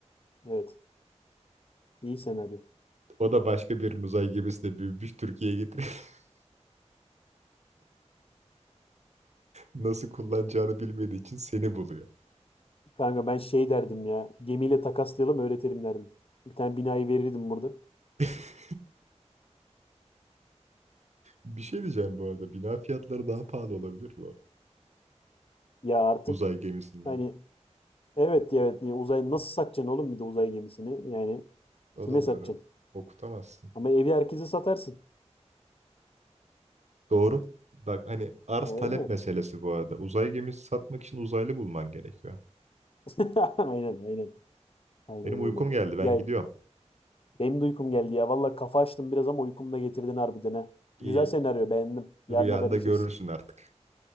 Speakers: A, on the left; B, on the right.
A: Evet. İyi senaryo.
B: O da başka bir uzay gemisine büyümüş Türkiye'ye getirip <laughs> nasıl kullanacağını bilmediği için seni buluyor.
A: Kanka ben şey derdim ya. Gemiyle takaslayalım öğretirim derdim. Bir tane binayı verirdim burada.
B: <laughs> Bir şey diyeceğim bu arada. Bina fiyatları daha pahalı olabilir mi o
A: Ya artık
B: uzay gemisinden?
A: hani evet evet ya uzay nasıl satacaksın oğlum bir de uzay gemisini? Yani
B: O
A: kime
B: da
A: satacaksın?
B: doğru. Okutamazsın.
A: Ama evi herkese satarsın.
B: Doğru. Bak hani arz
A: E, öyle.
B: talep meselesi bu arada. Uzay gemisi satmak için uzaylı bulman gerekiyor.
A: <laughs> Aynen aynen. Aynen
B: Benim uykum
A: öyle.
B: geldi. Ben
A: Ya
B: gidiyorum.
A: benim de uykum geldi ya. Valla kafa açtım biraz ama uykumu da getirdin harbiden ha.
B: İyi.
A: Güzel senaryo beğendim. Yarın
B: Rüyanda
A: haberleşiriz.
B: görürsün artık.